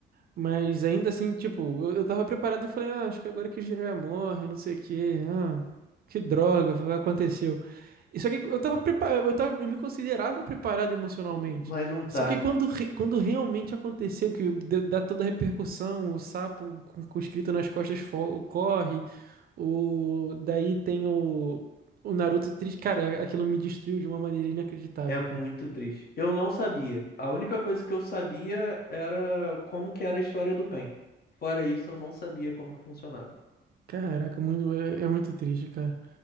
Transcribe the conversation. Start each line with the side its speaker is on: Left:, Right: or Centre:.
Right: Mas ainda assim, tipo, eu, eu tava preparado, eu falei, ah, acho que agora que o Jiraiya morre, não sei o quê, ah, que droga, foi- aconteceu. E Só que eu tava preparado, eu tava, eu me considerava preparado emocionalmente.
Left: Mas não tá.
Right: Só que quando, re- quando realmente aconteceu, que deu- dá toda a repercussão, o sapo com, com escrito nas costas fo- corre, o, daí tem o, o Naruto triste, cara, aquilo me destruiu de uma maneira inacreditável,
Left: É muito
Right: cara.
Left: triste. Eu não sabia. A única coisa que eu sabia era como que era a história do PEN. Fora isso, eu não sabia como que funcionava.
Right: Caraca, muito, é é muito triste, cara.